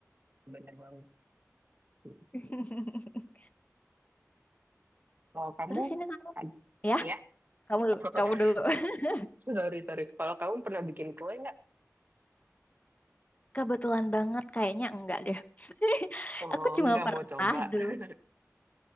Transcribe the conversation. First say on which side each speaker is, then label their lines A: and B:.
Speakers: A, on the right; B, on the left.
A: Benar banget. Hmm.
B: <laughs>
A: Kalau kamu,
B: Terus ini kamu,
A: ad-
B: ya,
A: ya,
B: kamu
A: <laughs>
B: kamu dulu. <laughs>
A: sorry, sorry. Kalau kamu pernah bikin kue nggak?
B: Kebetulan banget kayaknya enggak deh. <laughs>
A: Oh,
B: Aku cuma
A: nggak
B: pernah
A: mau coba.
B: dulu.
A: <laughs>